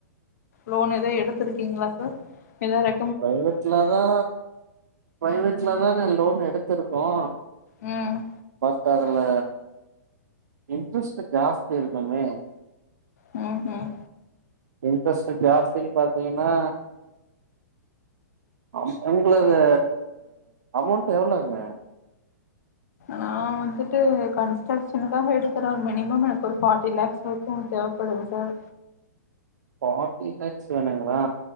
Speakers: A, on the left; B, on the right.
A: லோன் எதா எடுத்துருக்கீங்களா சார் ஏதாவது ரெ
B: ப்ரைவேட்ல தா ப்ரைவேட்லதாங்க லோன் எடுத்திருக்கோ
A: ம்
B: பஸ்ட்டு அதுல இன்ட்ரெஸ்ட்டு ஜாஸ்தி இருக்குமே
A: ம் ம்
B: இன்ட்ரெஸ்ட்டு ஜாஸ்தின்னு பாத்தீங்கன்னா அம் உங்களது அமௌண்ட் எவ்ளோங்க
A: நா வந்துட்டு கன்ஸ்ட்ரக்ஷனுக்காக எடுக்கறே மினிமம் எனக்கு ஒரு ஃபார்ட்டி லாக்ஸ் வொர்கிங் தேவப்படுங் சார்
B: ஃபாட்டி லாக்ஸ் வேணுங்களா